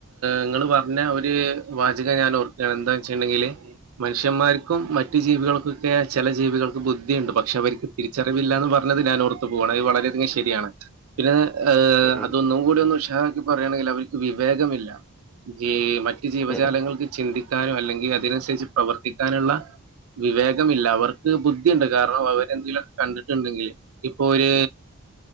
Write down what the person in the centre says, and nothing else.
ഉം ഉം
ഉം